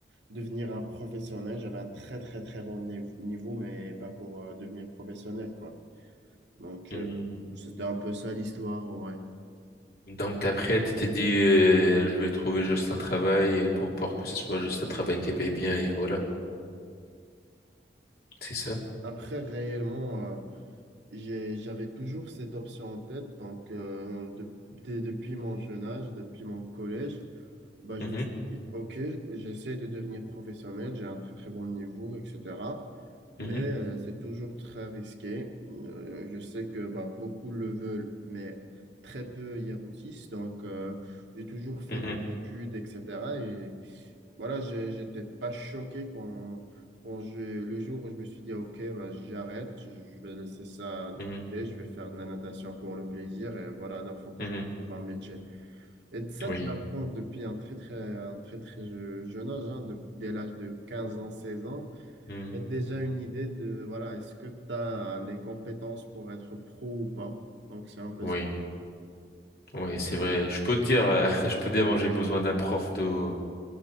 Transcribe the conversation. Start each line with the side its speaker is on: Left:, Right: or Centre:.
Right: devenir un professionnel. J'avais un très, très, très bon niv- niveau, mais pas pour euh, devenir professionnel, quoi. Donc,
Left: Mhm.
Right: euh, c'était un peu ça l'histoire en vrai.
Left: Donc après, tu t'es dit, euh, je vais trouver juste un travail pour, pour que ce soit juste un travail qui paye bien, et voilà, c'est ça?
Right: Après, réellement, euh, j'ai- j'avais toujours cette option en tête. Donc, euh, de- dès- depuis mon jeune âge, depuis mon collège, bah,
Left: Mhm.
Right: je me suis dit, OK, j'essaie de devenir professionnel, j'ai un très très bon niveau, etc.
Left: Mhm.
Right: Mais euh, c'est toujours très risqué. Euh, je sais que bah, beaucoup le veulent, mais très peu y aboutissent. Donc, euh, j'ai toujours fait
Left: Mhm.
Right: mes études, etc. Et Voilà, je n'étais pas choqué quand, quand je, le jour où je me suis dit, OK, bah, j'arrête, je vais laisser ça de
Left: Mhm.
Right: côté, je vais faire de la natation pour le plaisir et voilà, là, il faut que
Left: Mhm.
Right: je trouve un métier. Et ça,
Left: Oui.
Right: tu l'apprends depuis un très, très, un très, très je- jeune âge, hein, de- dès l'âge de 15 ans, 16 ans.
Left: Mhm.
Right: Tu as déjà une idée de, voilà, est-ce que tu as les compétences pour être pro ou pas? Donc, c'est un peu
Left: Oui.
Right: ça.
Left: Oui, c'est vrai. Je peux te dire, euh, <laughs> je peux te dire, moi j'ai besoin d'un prof de,